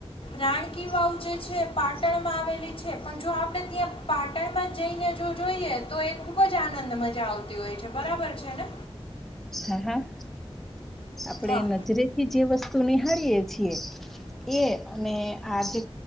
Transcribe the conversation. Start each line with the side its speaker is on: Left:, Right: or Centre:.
Left: રાણ કી વાવ જે છે પાટણમાં આવેલી છે. પણ જો આપણે ત્યાં પાટણમાં જ જઈને જો જોઈએ તો એ ખુબ જ આનંદ મજા આવતી હોય છે. બરાબર છે ને?
Centre: હા હા. આપડે
Left: હા
Centre: નજરે થી જે વસ્ તુ નિહાળીયે છીએ એ અને આ જે